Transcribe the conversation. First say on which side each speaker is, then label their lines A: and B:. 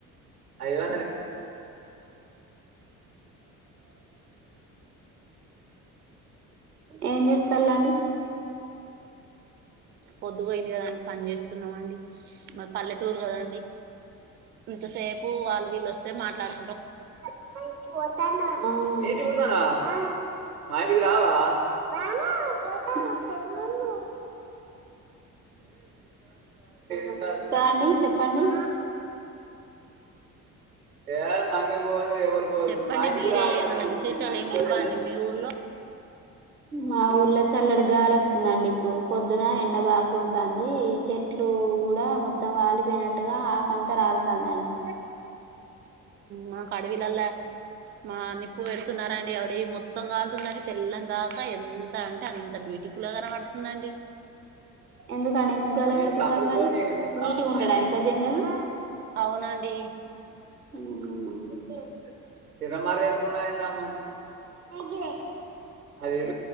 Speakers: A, on the right; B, on the right.
A: ఉ ఏం చేస్తాల్లండి
B: పొద్దువోయింది గదా అండి పని చేస్తున్నామండి మాది పల్లెటూరు గదండి ఇంతసేపు వాళ్ళు వీళ్ళొస్తే మాట్లాడు
A: ఆ రాను పోతున్న ఇంకా అండి చెప్పండి ఏ మనమే పోవాలే వల్ బ
B: చెప్పండి
A: మా ఇంటి
B: మీరే
A: కూడా ఆగాను
B: ఏమన్నా విశేషాలు
A: న నమ్
B: ఏం
A: పోలే
B: లేవా అండి మీ ఊర్లో
A: మా ఊర్లో చల్లడి గాలి వస్తుందండి ఇప్పుడు, పొద్దునా ఎండ బాగా గొడుతాందీ, చెట్లు. కూడా మొత్తం వాలిపోయినట్టుగా ఆకంతా రాల్తాంది అండి
B: మాక్ అడివీలల్ల మా నిప్పు వెడుతున్నారండి అడివి మొ మొత్తం కాలుతుందని తెల్లన్ దాకా ఎంత అంటే అంత బ్యూటిఫుల్ గా కనవడుతుందండి
A: ఎందుకండి ఎందు గాల వెడుతున్నారు మరి నీటిగుండడానికా జంగలు
B: అవునండీ
A: హూ అ